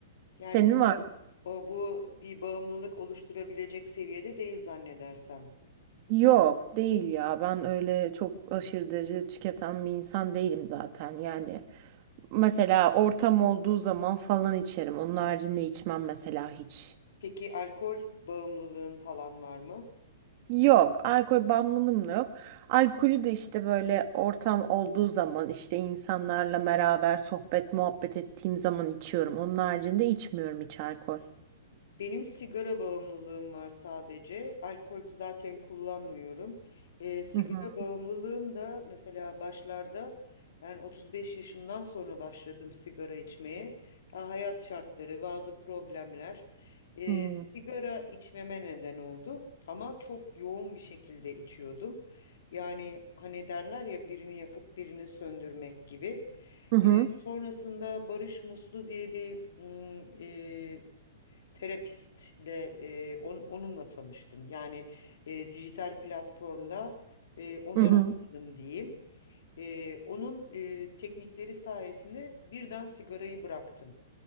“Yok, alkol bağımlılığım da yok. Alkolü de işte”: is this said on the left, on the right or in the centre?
Right